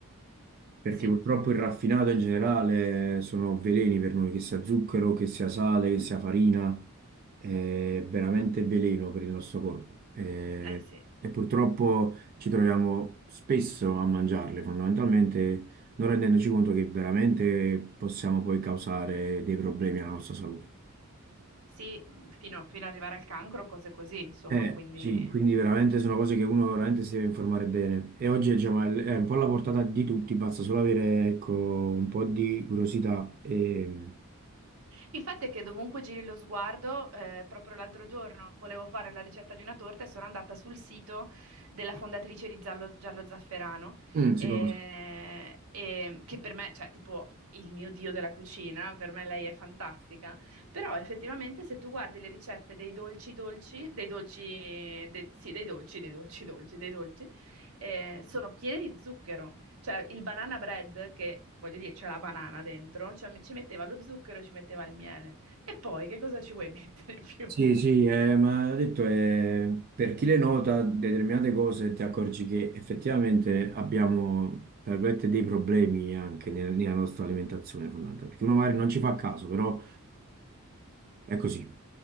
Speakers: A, on the right; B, on the right.
A: perché
B: Sì,
A: purtroppo il raffinato in generale sono veleni per noi, che sia zucchero, che sia sale, che sia farina, è veramente veleno per il nostro corpo. Eh,
B: eh sì,
A: E, purtroppo ci troviamo spesso a mangiarle, fondamentalmente non rendendoci conto che veramente possiamo poi causare dei problemi alla nostra salute.
B: sì, fino, fino ad arrivare al cancro, cose così, insomma,
A: Eh,
B: quindi...
A: sì, quindi veramente sono cose che uno veramente si deve informare bene. E oggi diciamo, è è un po' alla portata di tutti, basta solo avere ecco, un po' di curiosità e
B: Il fatto è che dovunque giri lo sguardo, eh, proprio l'altro giorno volevo fare la ricetta di una torta e sono andata sul sito della fondatrice di Giallo, Giallo Zafferano,
A: mm,
B: eh,
A: si conoscono.
B: e- che per me, cioè, tipo il mio dio della cucina, per me lei è fantastica, però effettivamente se tu guardi le ricette dei dolci dolci, dei dolci, de- sì, dei dolci, dei dolci dolci, dei dolci, eh, sono piene di zucchero. Cioè, il banana bread, che voglio dire, c'è la banana dentro, cioè, ci metteva lo zucchero e ci metteva il miele. E poi che cosa ci vuoi mettere <laughs> più?
A: Sì, sì, eh, ma ho detto, eh, per chi le nota determinate cose ti accorgi che effettivamente abbiamo, tra virgolette, dei problemi anche nel- nella nostra alimentazione fondamentale, perché uno magari non ci fa caso, però... È così.